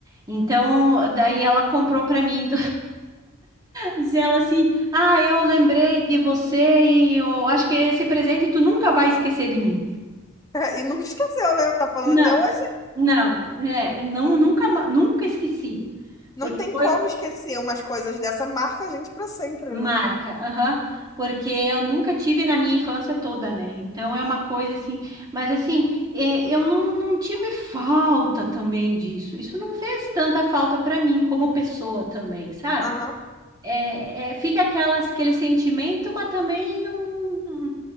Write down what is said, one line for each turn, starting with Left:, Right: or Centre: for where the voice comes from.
Right: Então, daí ela comprou para mim Diz ela assim: Ah, eu lembrei de você e eu acho que esse presente tu nunca vai esquecer de mim.
Left: <laughs> E nunca esqueceu, né? Tá falando
Right: Não,
Left: até hoje.
Right: não, é, não, nunca, ma- nunca esqueci,
Left: Não
Right: porque
Left: tem
Right: foi
Left: como esquecer umas coisas dessa marca, a gente pra sempre,
Right: marca,
Left: né?
Right: aham, porque eu nunca tive na minha infância toda, né? Então é uma coisa assim, mas assim, é, eu não, não tive falta também disso. Isso não fez tanta falta para mim como pessoa também, sabe?
Left: Aham.
Right: é, é, fica aquelas, aquele sentimento, mas também não.